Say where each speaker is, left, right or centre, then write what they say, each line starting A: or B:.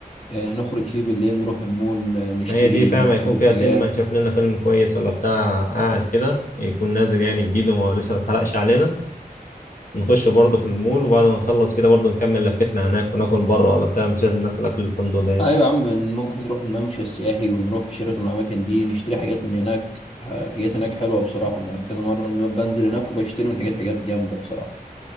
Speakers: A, on the left; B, on the left.
A: آه، نخرج فيه بالليل نروح المول آه، نشتري
B: ما هي دي فاهم
A: نجيب
B: هيكون فيها
A: حاجات
B: سينما نشوف لنا فيلم كويس ولا بتاع قاعد كده يكون نازل يعني جديد ولسه ما اتحرقش علينا نخش برضه في المول وبعد ما نخلص كده برضه نكمل لفتنا هناك وناكل بره ولا بتاع مش لازم ناكل اكل الفندق ده يعني
A: ايوه يا عم ممكن نروح الممشى السياحي ونروح شيراتون والاماكن دي نشتري حاجات من هناك ح- حاجات هناك حلوه بصراحه انا كذا مره ن- بنزل هناك وبشتري من حاجات حاجات جامده بصراحه